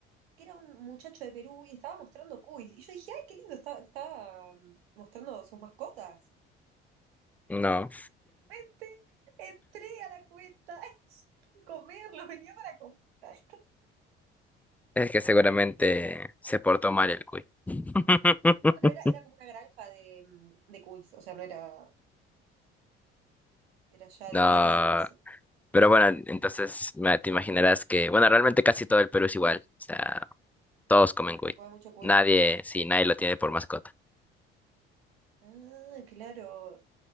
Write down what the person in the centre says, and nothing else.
No,
es que seguramente se portó mal el cuy. <laughs>
No.
Pero bueno, entonces ma- te imaginarás que, bueno, realmente casi todo el Perú es igual. O sea, todos comen cuy.
Nadie, sí, nadie lo tiene por mascota.